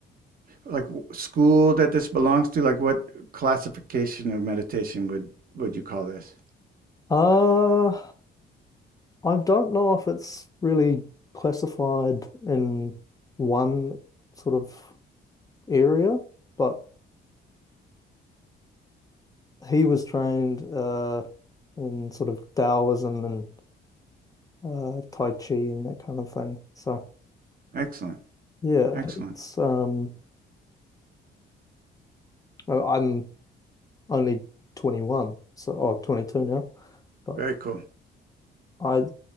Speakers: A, on the right; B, on the left.
A: like school that this belongs to? Like, what classification of meditation would would you call this?
B: Uh, I don't know if it's really classified in one sort of area, but he was trained uh, in sort of Taoism and uh, Tai Chi and that kind of thing. So
A: Excellent.
B: yeah,
A: Excellent.
B: it's um, I- I'm only 21, so or 22 now, but
A: Very cool.
B: I